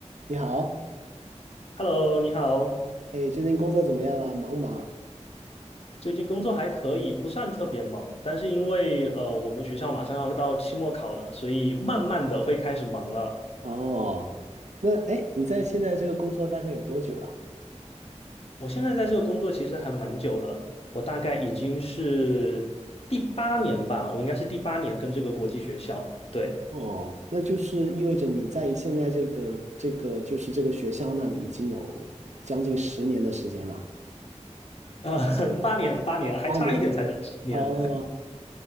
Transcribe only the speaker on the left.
Hello，你好。
最近工作还可以，不算特别忙，但是因为呃，我们学校马上要到期末考了，所以慢慢的会开始忙了。
我现在在这个工作其实还蛮久了，我大概已经是第八年吧，我应该是第八年跟这个国际学校，对，
呃，<laughs> 八年八年，还差一点才到十年，